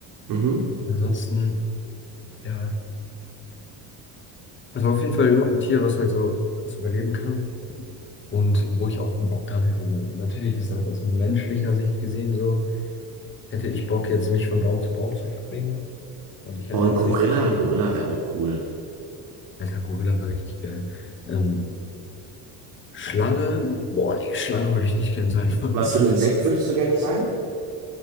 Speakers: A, on the right; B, on the left.
A: Mhm.
B: Ansonsten, ja. Also auf jeden Fall irgendein Tier, was halt so krass überleben kann. Und wo ich auch Bock dran hätte. So, Natürlich ist das aus menschlicher Sicht gesehen so. Hätte ich Bock, jetzt mich von Baum zu Baum zu schwingen. Und ich
A: Boah,
B: hätte
A: ein
B: jetzt
A: Gorilla,
B: nicht.
A: ein Gorilla wäre auch cool.
B: Alter, Gorilla wäre richtig geil. Ähm, Schlange. Boah, nee, Schlange würde ich nicht gern sein wollen.
A: Was für ein Insekt würdest du gerne sein?